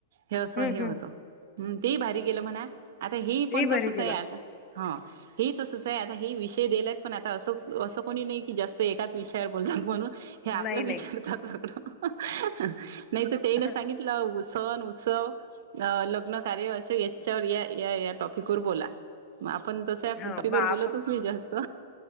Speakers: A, on the right; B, on the left.
A: हे असं
B: हं,
A: हे
B: हं.
A: होतं. हम तेही भारी केलं म्हणा. आता हे ही
B: तेही
A: पण
B: भारी
A: तसच
B: केलं.
A: आहे आता हा हे ही तसच आहे आता हे ही विष ते गेलेत पण आता असं असं कोणी नाही की जास्त एकाच विषयावर बोलतात म्हणून हे आपला
B: नाही, नाही.
A: विचारताच सगळ नाही तर ते ना सांगित
B: हं,
A: सण उत्सव लग्न कार्य अस याच्यावर ये या या टॉपिक वर बोला मग आपण तस
B: हां.
A: टॉपिक
B: मग
A: वर
B: आपण
A: बोलतच नाही जास्त